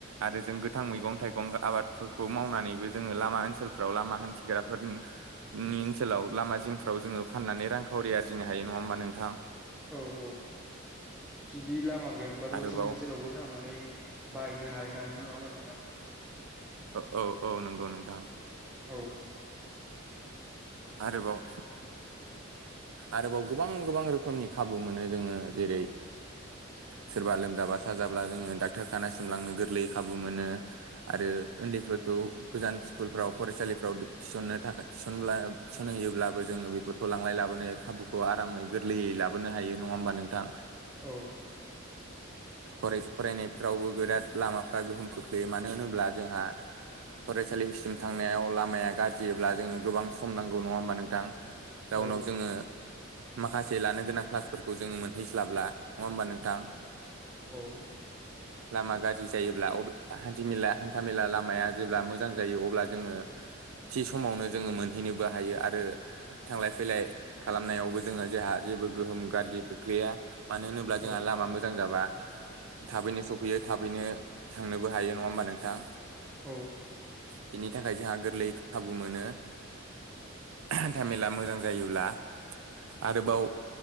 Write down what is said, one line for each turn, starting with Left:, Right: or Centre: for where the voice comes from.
Right: आरो जों गोथां मैगं-थाइगं आबादफोरखौ मावनानै बो जोंङो लामा ओनसोलफ्राव लामा हान्थिग्राफोरनो नि ओनसोलाव लामा जिंफ्राव जोङो फाननानै रांखावरि आरजिनो हायो नङा होमबा नोंथां
Centre: औ जुदि लामा गैयामोनबाथ'
Right: आरोबाव
Centre: जोंङो जेरावबो थांनानै बाहायनो हानाय नंङामोन नंङा नो थां
Right: ओ औ औ नंगौ नोंथां।
Centre: औ
Right: आरोबाव आरोबाव गोबां गोबां रोखोमनि खाबु मोनो जोंङो जेरै
Centre: <unintelligible>
Right: सोरबा लोमजाबा साजाब्ला जोंङो डाक्टार खानासिम लांनो गोरलै खाबु मोनो, आरो उन्दैफोर फोरखौ गोजान स्कुलफ्राव फरायसालिफ्राव थिसननो थाखाय थिसनब्ला थिसन हैयोब्लाबो जोंङो बेफोरखौ लांलाय लाबोनो खाबुखौ आरामै गोरलैयै लाबोनो हायो नंङा होमबा नोंथां?
Centre: औ
Right: हरै फरायनायफ्रावबो बिराद लामाफ्रा गोहोम खोख्लैयो मानो होनोब्ला जोंहा फरायसालिसिम थांनायाव लामाया गाज्रियोब्ला जोंङो गोबां सम नांगौ नंङा होमबा नोंथां? जाउनाव
Centre: औ
Right: जोंङो माखासे लानो गोनां क्लासफोरखौ जोंङो मोनहैस्लाबला नंङा होमबा नोंथां?
Centre: <unintelligible>
Right: लामा गाज्रि जायोब्ला अब्ला हान्थि-मेला हान्था-मेला लामाया जेब्ला मोजां जायो अब्ला जोंङो थि समावनो जोंङो मोनहैनोबो हायो आरो ‌ थांलाय फैलाय खालामनायावबो जोंङो जोहा जेबो गोहोम गाज्रि खोख्लैया मानो होनोब्ला जोंहा
Centre: औ
Right: - लामा मोजां जाबा थाबैनो सफैयो थाबैनो थांनोबो हायो नंङा होमबा नोंथां?
Centre: औ
Right: बिनि थाखाय जोंहा गोरलै खाबु मोनो। हान्था-मेला मोजां जायोब्ला आरोबाव